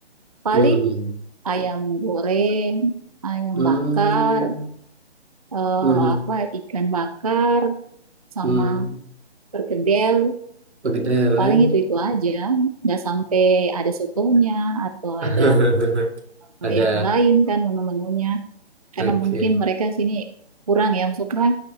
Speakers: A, on the right; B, on the right.
A: paling
B: Hmm.
A: ayam goreng, ayam
B: Hmm.
A: bakar, eh,
B: Hmm.
A: apa ikan bakar, sama
B: Hmm.
A: perkedel.
B: Begedel
A: Paling
B: ya.
A: itu-itu aja, nggak sampai ada sotonya atau
B: <laughs>
A: ada eh,
B: Ada
A: yang lain kan menu-menunya. Karena
B: oke.
A: mungkin mereka sini kurang ya, maksudnya